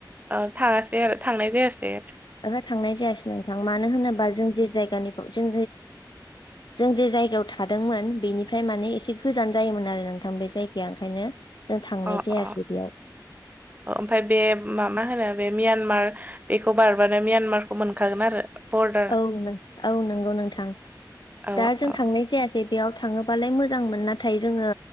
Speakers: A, on the right (about 20°); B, on the left (about 85°).
A: औ थाङासै आरो थांनाय जायासै आरो
B: ओहो थांनाय जायासै नोंथां मानो होनोबा जों जे जायगानिफ्राव जों जों जे जायगायाव थादोंमोन बेनिफ्राय माने एसे गोजान जायोमोन आरो नोंथां बे जायगाया ओंखायनो जों थांनाय
A: अ
B: जायासै
A: अ
B: <unintelligible>
A: ओमफ्राय बे मा होनो बे म्यानमार बेखौ बारबानो म्यानमारखौ मोनखागोन आरो बरदार
B: औ औ नंगौ नोंथां
A: औ
B: दा जों
A: औ
B: थांनाय जाया बेयाव थाङोबालाय मोजांमोन नाथाय जोङो